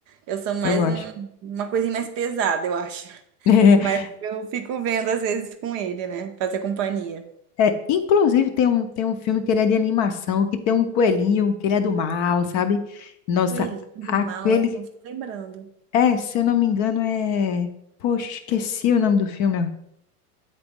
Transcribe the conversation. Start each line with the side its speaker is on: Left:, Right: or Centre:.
Right: Eu sou mais
Left: eu gosto.
Right: um- uma coisinha mais pesada, eu acho. <laughs>
Left: <laughs>
Right: Mas eu fico vendo às vezes com ele, né? Fazer companhia.
Left: É, inclusive tem um, tem um filme que ele é de animação, que tem um coelhinho, que ele é do mal, sabe? Nossa,
Right: Coelhinho do
Left: aquele.
Right: mal, eu não tô lembrando.
Left: É, se eu não me engano, é. Poxa, esqueci o nome do filme. ó.